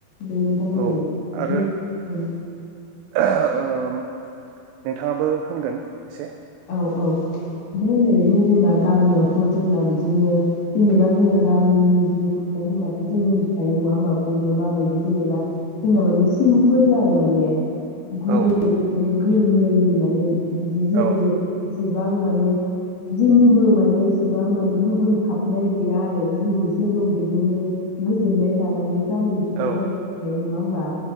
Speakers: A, on the left (about 70°); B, on the right (about 85°).
A: दे नोंथांमोनालाय
B: औ आरो
A: <inaudible>
B: ओम नोंथाङाबो होनगोन। एसे
A: औ औ। जोंना गामियावथ' जोंना बिदिनो जेनेबा जोंना गामिनि जिउ खुंनाय होनबाथ' जों मोनथिखायो नङा होमबा बयबो माबायदि जेनेबा जोंना माने सिमपोल आरो माने <unintelligible> गोरलैयै
B: औ
A: माने बिदि जेबो
B: औ
A: एसेबां माने जेनिबो माने एसेबां माने लुबैथाबनाय गैया आरो जि एसे दं बेजोंनो गोजोननाय लानानै गामिनि सुबुंफोरा
B: औ
A: नङा होमबा